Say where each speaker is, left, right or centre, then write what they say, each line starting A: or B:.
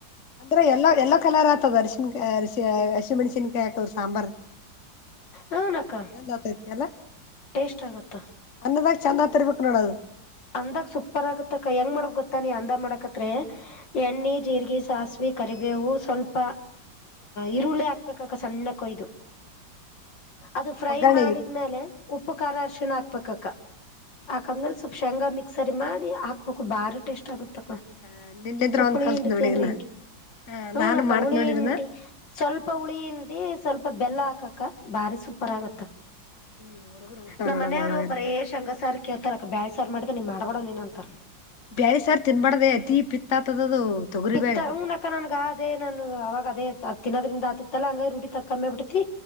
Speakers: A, on the left; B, on the left.
A: ಅಂದ್ರೆ ಎಲ್ಲೋ ಎಲ್ಲೋ ಕಲರ್ ಆಗ್ತದ ಅರಶಿಿನಕಾಯಿಶಿ ಅರಿಿೆಣಸನ್ಕಾಯಿ ಹಾಕದ್ರ ಸಾಂಬಾರ್
B: ಹನಕ್ಕ
A: ಚ ಜತ ಇ ಕೆಲ್ಲ <unintelligible>
B: ಟೇಸ್ಟ್ ಆಗುತ್ತ
A: ಅನ್ನದಾಗ ಚೆಂದ ಆತಿರ್ಬೇಕು <unintelligible> ನೋಡದು
B: ಅಂದಕ್ ಸೂಪರ್ ಆಗತ್ತಕ್ಕ ಹೆಂಗ್ ಮಾಡಕ್ ಗೊತ್ತ ನೀ ಅಂದ ಮಾಡಕತ್ೆ <unintelligible> ಎಣ್ಣಿ ಜೀರ್ರಿಗೆ ಸಾಸಿವ ಕರಿಬೇವು ಸ್ವಲ್ಪ ಈರುಳ್ಳಿ ಹಾಕ್ಬೇಕಕ ಸಣ್ಣ ಕೊಯ್ದು ಅದು ಫ್ರೈ
A: ಒಗ್ಗರಣೆಗೆ
B: ಮಾಡಿದ್ಮೇಲೆ ಉಪ್ಪು ಖಾರ ಅರಶಿಣ ಹಾಕ್ಪಕ್ಕಕ್ಕ ಹಾಕಂದ್ಮೇಲೆ ಸ್ವಲ್ಪ ಶೇಂಗಾ ಮಿಕ್ಸರಿ ಮಾಡಿ ಹಾಕ್ಬೇಕು ಭಾರಿ ಟೇಸ್ಟ್ ಆಗುತ್ತೆ ಕ್ಕ
A: ಹ ನಿನ್ನಿದ್ರ
B: ಸೊಪ್ಪುಳಿ
A: ಒಂದ್ ಕಲ್ತ್
B: ಎಟತಿ
A: ನೋಡಿ
B: ಅಂದ್ರೆ
A: ಇದನ್ನ
B: ಎಟು
A: ಹ
B: ಹೂನ
A: ನಾನು
B: ಅಕ್ಕ
A: ಮಾಡ್ತ್
B: ಹುಳಿ
A: ನೋಡಿ
B: ಇಂಟಿ
A: ಇದನ್ನ
B: ಸ್ವಲ್ಪ ಹುಳಿ ಇಂಟಿ ಸ್ವಲ್ಪ ಬೆಲ್ಲ ಹಾಕಕ್ಕ ಬಾರಿ ಸೂಪರ್
A: ಹ್ಮ್
B: ಆಗತ್ತ
A: ಹ್ಮ್ ಹುಡುಗರು ಉಣ್ತಾವ್
B: ನಮ್ಮ
A: ನೋಡಮ್ಮ
B: ಮನೆಯವ್ರು
A: ಯಾವಾಗರ
B: ಬರೇ ಶಂಗಸಾರ ಕಳ್ತಾರ ಬ ಸರ್ ಮಾಡಿದೆ ನೀ ಮಾಡ್ಬಡಣ ನೀನ ಅಂತ
A: ಬ್ಯಾರಿ ಸಾರ್ ತಿನ್ಬಾ್ದ ಅತಿ ಪಿತ್ತ ಆತದದು ತೊಗರಿ
B: ಪಿತ್ತ
A: ಬ್ಯಾಳಿ
B: ಹೂನಕ್ಕ ನನ್ಗಾ ಅದೇ ನಾನ ಅವಾಗ ಅದೇ ತಿನ್ನೋದ್ರಿಂದ ದಾತಿತ್ತಲ್ಲ ಹಂಗ ರರುಟ್ಟಿ ತಕ್ಕಕಮ್ಮಿ ಬಿಟ್ಟತಿ